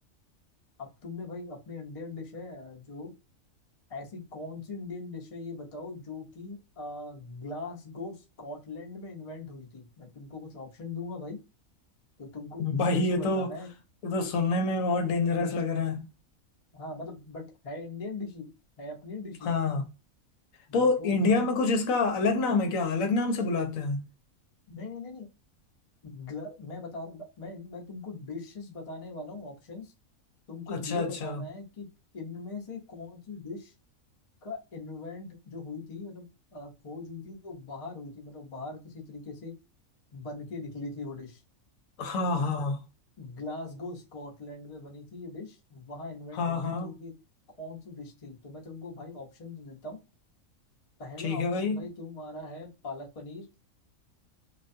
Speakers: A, on the left (about 35°); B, on the left (about 75°).
A: अब तुमने भाई अपनी इंडियन डिश है जो ऐसी कौन सी इंडियन डिश है ये बताओ जो कि ग्लासगो स्कॉटलैंड में इन्वेंट हुई थी मैं तुमको कुछ ऑप्शन दूंगा भाई तो तुमको उसमें
B: भाई ये
A: से बताना
B: तो
A: है
B: ये तो सुनने में बहुत डेंजरस लग रहा है
A: हाँ मतलब बट है इंडियन डिश ही है अपनी डिश
B: हाँ
A: ही
B: तो
A: बट वो
B: इंडिया में कुछ इसका अलग नाम है क्या अलग नाम से बुलाते हैं
A: नहीं नहीं नहीं नहीं, ग्ल- मैं बता मैं मैं तुमको डिशेस बताने वाला हूँ ऑप्शंस तुमको
B: अच्छा
A: ये
B: अच्छा
A: बताना है कि इनमें से कौन सी डिश का इन्वेंट जो हुई थी मतलब अ, खोज हुई थी वो बाहर हुई थी मतलब बाहर किसी तरीके से बन के निकली थी वो डिश
B: हाँ हाँ
A: ग्लासगो स्कॉटलैंड में बनी थी ये डिश वहां इन्वेंट
B: हाँ
A: हुई
B: हाँ
A: थी तो ये कौन सी डिश थी तो मैं तुमको भाई ऑप्शन देता हूँ पहला
B: ठीक
A: ऑप्शन
B: है भाई
A: भाई तुम्हारा है पालक पनीर